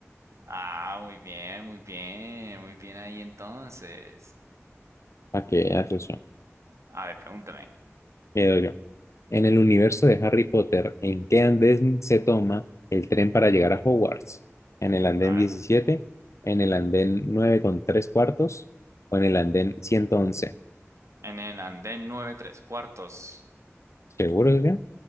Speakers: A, on the right; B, on the left.
A: Ah, muy bien, muy bien, muy bien ahí entonces.
B: ¿Para qué vea, socio?
A: A ver, pregúntame.
B: Le doy yo. En el universo de Harry Potter, ¿en qué andén se toma el tren para llegar a Hogwarts? ¿En el andén
A: A
B: 17?
A: ver.
B: ¿En el andén nueve con tres cuartos? ¿O en el andén 111?
A: En el andén nueve tres cuartos.
B: ¿Seguro, socio?